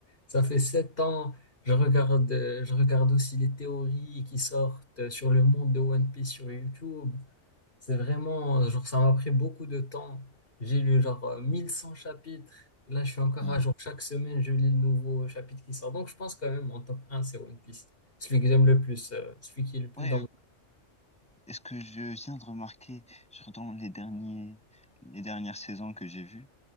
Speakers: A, on the left (about 50°); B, in the centre.
A: Ça fait 7 ans. Je regarde, euh, je regarde aussi les théories qui sortent euh, sur le monde de One Piece sur YouTube. C'est vraiment, euh, genre, ça m'a pris beaucoup de temps. J'ai lu, genre, euh, 1100 chapitres. Là, je suis encore
B: Hmm.
A: à jour. Chaque semaine, je lis le nouveau chapitre qui sort. Donc, je pense quand même, en top un c'est One Piece. Celui que j'aime le plus, euh, celui qui est le plus
B: Ouais,
A: dans mon...
B: euh, est-ce que je viens de remarquer, genre dans les derniers, les dernières saisons que j'ai vues,